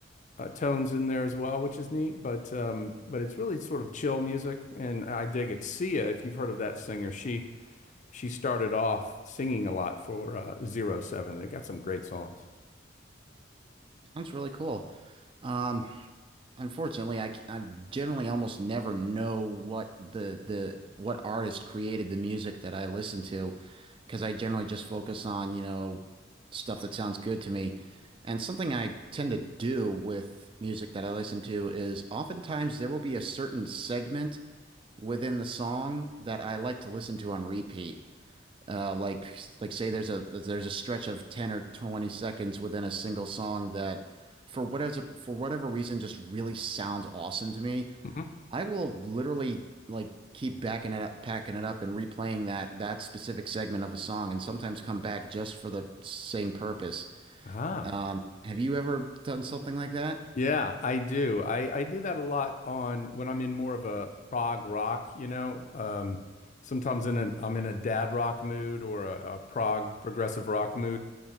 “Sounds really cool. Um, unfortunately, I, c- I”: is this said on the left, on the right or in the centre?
Right